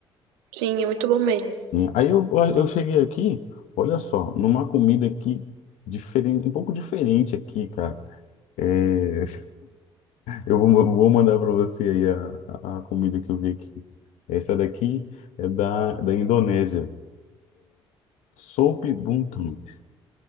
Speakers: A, on the right; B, on the left.
A: sim, é muito bom mesmo.
B: E aí eu, eu cheguei aqui, olha só, numa comida aqui, diferente, um pouco diferente aqui, cara. É, Eu vou, vou mandar para você aí a, a comida que eu vi aqui. Essa daqui é da, da Indonésia. Soup Buntut.